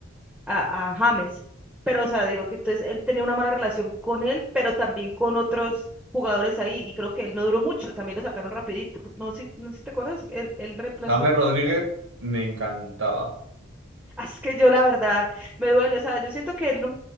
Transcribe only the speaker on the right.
James Rodríguez me encantaba.